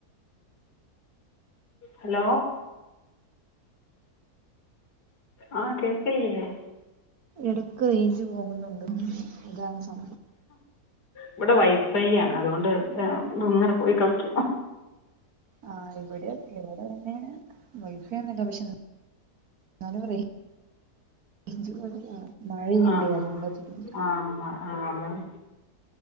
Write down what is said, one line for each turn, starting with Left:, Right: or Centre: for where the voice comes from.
Left: ഹലോ ആ കേക്കില്ല്യേ
Right: ഇടക്ക് റേഞ്ച് പോകുന്നുണ്ട് ഇതാണ് സം
Left: ഇവിടെ വൈഫൈ ആണ് അതുകൊണ്ട് ത് ഇങ്ങനെ പോയി കളിക്ക
Right: ആ ഇവിടെ തെ ഇവിടെ തന്നെ <unintelligible> പക്ഷേ ന്ന് ന്നാലും പറേ <unintelligible> മഴ പെയ്യിണ്ടേ
Left: ആ
Right: അതോണ്ടാ തോന്നുന്നു
Left: ആ ആ ആ അതാണ്